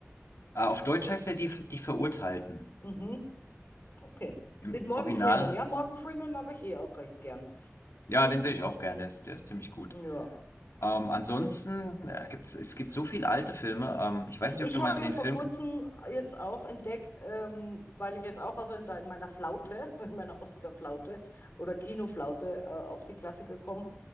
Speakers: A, on the left; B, on the left.
A: Äh, auf Deutsch heißt er die, die Verurteilten.
B: Mhm, okay.
A: Im
B: Mit Morgan
A: Original.
B: Freeman. Ja, Morgan Freeman mag ich eh auch recht gern.
A: Ja, den sehe ich auch gern. Der ist, der ist ziemlich gut.
B: Ja.
A: Ähm, ansonsten äh, gibt's, es gibt so viele alte Filme. Ähm, ich weiß nicht,
B: Ich
A: ob du
B: habe
A: mal den
B: ja vor
A: Film.
B: kurzem jetzt auch entdeckt, ähm, weil ich jetzt auch also in, da in meiner Flaute, <laughs> in meiner Oscar-Flaute oder Kinoflaute äh, auf die Klassiker komme,